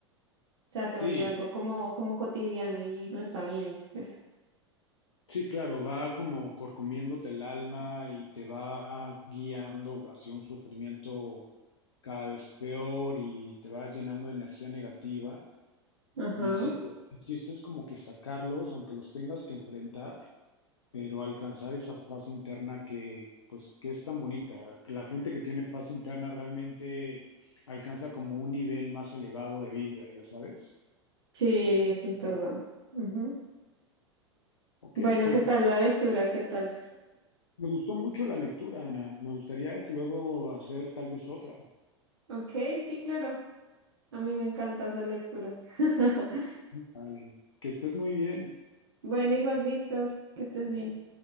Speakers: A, on the right; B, on the left.
A: O sea, se vuelve
B: Sí,
A: algo como, como cotidiano y no está bien. Pues.
B: sí, claro, va como corcomiéndote el alma y te va guiando hacia un sufrimiento cada vez peor y te va llenando de energía negativa.
A: Ajá.
B: Y sí, el chiste es como que sacarlos, aunque los tengas que enfrentar, pero alcanzar esa paz interna que, pues, que es tan bonita. Que la gente que tiene paz interna realmente alcanza como un nivel más elevado de vida, ya sabes.
A: Sí, eso es verdad. Ujú.
B: Ok,
A: Bueno,
B: pues
A: ¿qué tal la lectura? ¿Qué tal?
B: me gustó mucho la lectura, Ana. Me gustaría luego hacer tal vez otra.
A: Ok, sí, claro. A mí me encanta hacer lecturas. <laughs>
B: Vale, que estés muy bien.
A: Bueno, igual, Víctor, que estés bien.